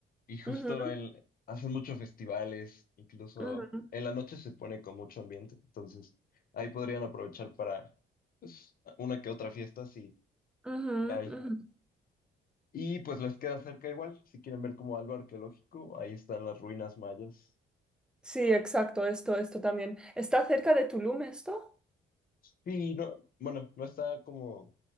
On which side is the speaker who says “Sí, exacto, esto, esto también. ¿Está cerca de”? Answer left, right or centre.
Centre